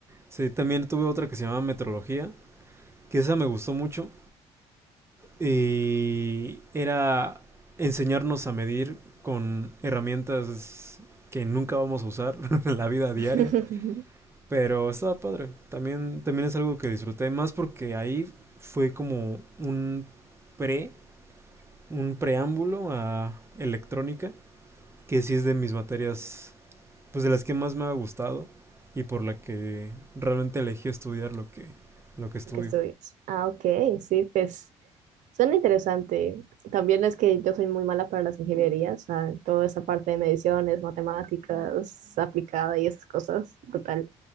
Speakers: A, on the right; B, on the right.
A: sí, también tuve otra que se llamaba metrología, que esa me gustó mucho y era enseñarnos a medir con herramientas que nunca vamos a usar <laughs> en la vida diaria,
B: <laughs> Lo
A: pero estaba padre. También, también es algo que disfruté más porque ahí fue como un pre, un preámbulo a electrónica, que sí es de mis materias, pues de las que más me ha gustado y por la que realmente elegí estudiar lo que, lo que estudio.
B: que estudias. Ah, ok, sí, pues suena interesante. También es que yo soy muy mala para las ingenierías, o sea, toda esa parte de mediciones, matemáticas aplicada y esas cosas, brutal.